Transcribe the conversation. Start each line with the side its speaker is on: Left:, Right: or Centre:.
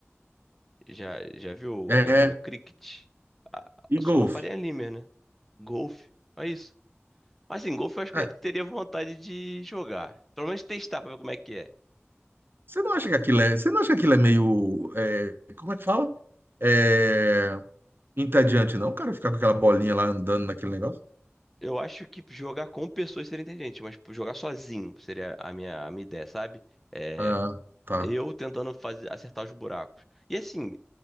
Centre: Já, já viu alguém
Right: É,
Centre: jogando cricket? Ah,
Right: e
Centre: Só
Right: golfe?
Centre: na Faria Limer, né? Golfe. É isso. Assim, golfe eu acho que
Right: É,
Centre: eu já teria vontade de jogar. Pelo menos testar pra ver como é que é.
Right: você não acha que aquilo é, você não acha que aquilo é meio, é, como é que fala? É, entediante, não, cara, ficar com aquela bolinha lá andando naquele negócio?
Centre: Eu acho que jogar com pessoas seria inteligente, mas tipo, jogar sozinho seria a minha, a minha ideia, sabe? É,
Right: Ah, tá.
Centre: eu tentando fazer, acertar os buracos. E assim,